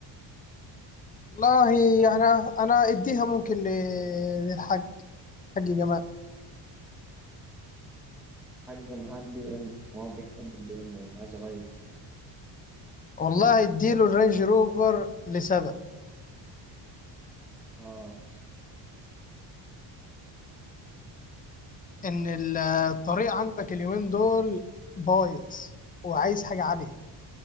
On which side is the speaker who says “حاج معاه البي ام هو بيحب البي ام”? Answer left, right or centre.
Centre